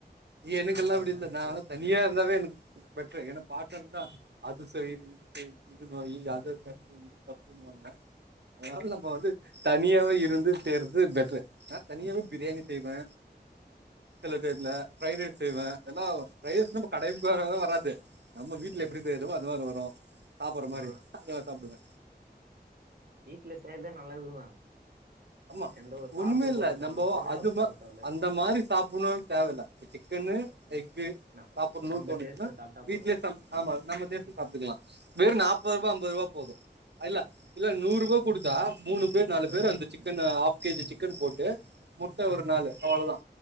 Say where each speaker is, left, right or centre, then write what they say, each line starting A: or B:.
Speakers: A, on the right; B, on the right.
A: எனக்குல்லாம்
B: அக்காவோ
A: அப்படி இல்லை
B: தங்கச்சியோ
A: நா எல்லாம் தனியா இருந்தாவே எனக்கு பெட்டரு என்ன <unintelligible> அது செய் இது செய் <unintelligible> அத தட்டு இத தட்டு சொண்ணுவாங்க அதனாவது நம்ம வந்து சனியாவே இருந்து செய்றது பெட்ரு நா தனியாவே பிரியாணி செய்வே சில டைம்லா ப்ரைடு ரைஸ் செய்வே எல்லாவ் ஃப்ரைடு ரைஸ் <unintelligible> கடை வேற எதுவு வராது நம்ம வீட்டுல
B: ம்
A: எப்படி செய்யரோமோ அது மாரி வரும் சாப்படுற
B: ஆமா
A: மாரி அதா சாப்பிடுவே
B: வீட்டுல செய்றதே நல்லதுதா
A: ஆமா
B: எந்த ஒரு சாசு
A: ஒண்ணுமே இல்ல
B: போட தேவல்ல
A: நம்ம
B: சோயா
A: அதுமா
B: போட தேவல்ல
A: அந்த மாரி சாப்பிடணும்னு தேவல சிக்கன்னு
B: ம்
A: எக்கு
B: நம்
A: சாப்பிடணும்னு
B: நம்ப
A: தோணிச்சுன்னா
B: டேஸ்ட்ல சாப்ட்டா
A: வீட்லயே
B: போது
A: ஆமா நம்ம டேஸ்ட்க்கு சாப்பிட்டுக்கலாம் வெற நாப்பது ரூபா ஐம்பது ரூபா போதும் அல்ல இல்ல நூரு ரூபா குடுத்தா மூணு பேர் நாலு
B: ஆ,
A: பேர் அந்த சிக்
B: ம்,
A: chicken half K G chicken போட்டு முட்டை ஒரு நாலு அவ்வளோதா